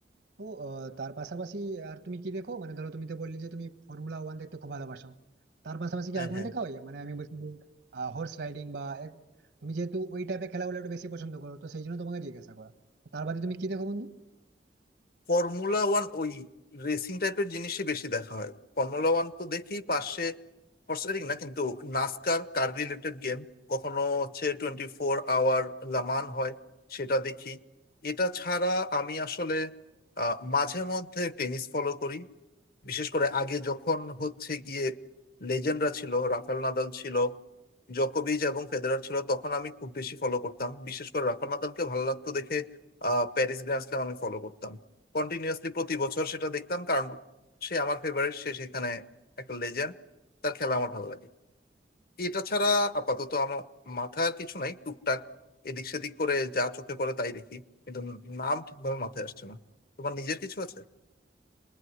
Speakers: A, on the right; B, on the left.
A: তো আহ, তার পাশাপাশি আর তুমি কি দেখো মানে ধরো তুমি তো বললে যে তুমি ফর্মুলা ওয়ান দেখতে খুব ভালোবাসো তার পাশাপাশি কি
B: হ্যাঁ
A: আর কোনো
B: হ্যাঁ
A: দেখা হয় মানে আমি বলছি হর্স রাইডিং বা এক- তুমি যেহেতু ওই টাইপের খেলাগুলো একটু বেশি পছন্দ করো তো সেই জন্য তোমাকে জিজ্ঞাসা করা তার বাদে তুমি কি দেখো বন্ধু
B: ফর্মুলা ওয়ান ওই রেসিং টাইপের জিনিসই বেশি দেখা হয় ফর্মুলা ওয়ান তো দেখি পাশে ফরসারিং না কিন্তু নাসকার কার রিলেটেড গেম কখনো হচ্ছে টোয়েন্টি ফোর আওয়ার লামান হয় সেটা দেখি এটা ছাড়া আমি আসলে আহ, মাঝে মধ্যে টেনিস ফলো করি বিশেষ করে আগে যখন হচ্ছে গিয়ে লেজেন্ডরা ছিল রাফাল নাদাল ছিল জোকোভিচ এবং ফেদেরার ছিল তখন আমি খুব বেশি ফলো করতাম বিশেষ করে রাফাল নাদালকে ভালো লাগতো দেখে আহ প্যারিস গ্র্যান্ড স্ল্যাম আমি ফলো করতাম কন্টিনিউয়াসলি প্রতি বছর সেটা দেখতাম কারণ সে আমার ফেভারিট সে সেখানে একটা লেজেন্ড তার খেলা আমার ভালো লাগে এটা ছাড়া আপাতত আমার মাথার কিছু নাই টুকটাক এদিক সেদিক করে যা চোখে পড়ে তাই দেখি কিন্তু নাম ঠিকভাবে মাথায় আসছে না তোমার নিজের কিছু আছে